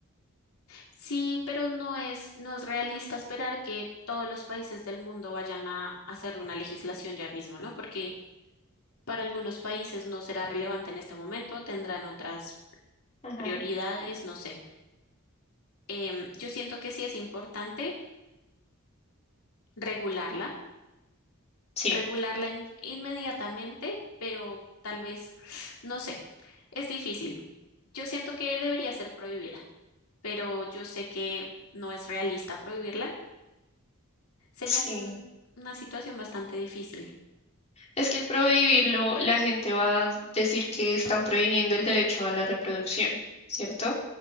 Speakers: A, on the left (about 75°); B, on the left (about 30°).
A: Sí, pero no es, no es realista esperar que todos los países del mundo vayan a hacer una legislación ya mismo, ¿no? Porque para algunos países no será relevante en este momento, tendrán otras
B: Ujú,
A: prioridades, no sé. em, yo siento que sí es importante regularla,
B: Sí.
A: regularla in- inmediatamente, pero tal vez, no sé, es difícil. Yo siento que debería ser prohibida, pero yo sé que no es realista prohibirla. Se
B: Sí.
A: me hace un- una situación bastante difícil.
B: Es que el prohibirlo, la gente va a decir que están prohibiendo el derecho a la reproducción, ¿cierto?